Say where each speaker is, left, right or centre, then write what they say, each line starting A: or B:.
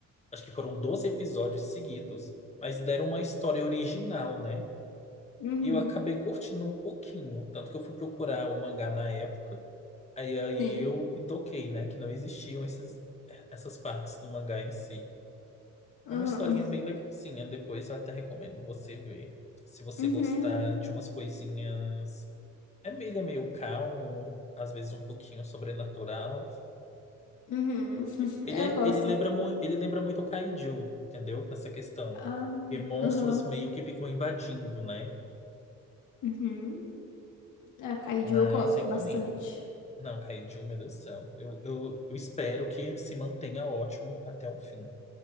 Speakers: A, on the left (about 20°); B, on the left (about 85°).
A: acho que foram 12 episódios seguidos, mas deram uma história original, né?
B: Uhum.
A: E eu acabei curtindo um pouquinho, tanto que eu fui procurar o mangá na época, aí, aí
B: Sim.
A: eu me toquei, né? Que não existiam esses, essas partes no mangá em si.
B: Aham.
A: É uma historinha bem legalzinha, depois eu até recomendo você ver. Se você
B: Uhum.
A: gostar de umas coisinhas. É meio, ele é meio calmo, às vezes um pouquinho sobrenatural.
B: Uhum. <laughs>
A: Ele,
B: Eu
A: é-
B: gosto.
A: ele lembra, mu- ele lembra muito o Kaiju, entendeu? Nessa questão.
B: Ah,
A: Porque monstros
B: aham.
A: meio que ficam invadindo, né?
B: Uhum. A Kaiju
A: Mas
B: eu gosto
A: recomendo.
B: bastante.
A: Não, Kaiju, meu Deus do céu. Eu, eu, eu espero que se mantenha ótimo até o fim.